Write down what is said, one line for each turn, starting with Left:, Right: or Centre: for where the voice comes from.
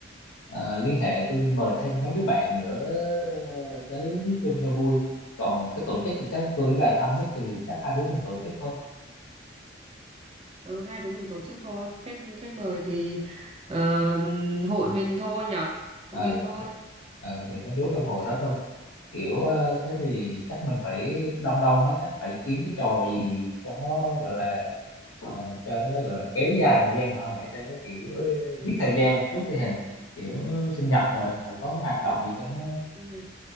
Left: ờ, liên hệ tôi mời thêm mấy đứa bạn nữa tới chung cho vui còn cái tổ chức thì chắc tôi với bà thân nhất thì chắc hai đứa mình tổ chức thôi
Right: Ừ, hai đứa mình tổ chức thôi. Khách khách mời thì ờ, hội mình thôi nhở.
Left: ờ
Right: Hội mình thôi.
Left: thì- ờ thì mấy đứa trong hội đó thôi kiểu ờ, thế thì chắc mình phải đông đông á chắc phải kiếm cái trò gì cho nó gọi là ờ, cho nó gọi là kéo dài thời gian mà không phải cho nó kiểu ờ, giết thời gian một chút đi hề kiểu sinh nhật mà phải có cái hoạt động gì cho nó
Right: Ừ.